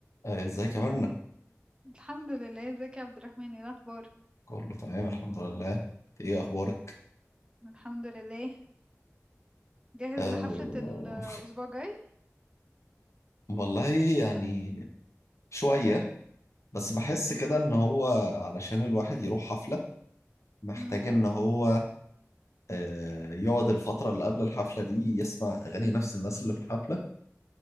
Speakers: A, on the left (about 60°); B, on the right (about 15°).
A: آه، ازيك يا مرنة؟
B: الحمد لله ازيك يا عبد الرحمن ايه الاخبار
A: كله تمام الحمد لله انت ايه اخبارك؟
B: الحمد لله جاهز
A: أه...
B: لحفلة الاسبوع الجاي
A: <laughs> والله يعني شوية بس بحس كده ان هو علشان الواحد يروح حفلة محتاج
B: امم
A: ان هو أه... يقعد الفترة اللي قبل الحفلة دي يسمع اغاني نفس الناس اللي في الحفلة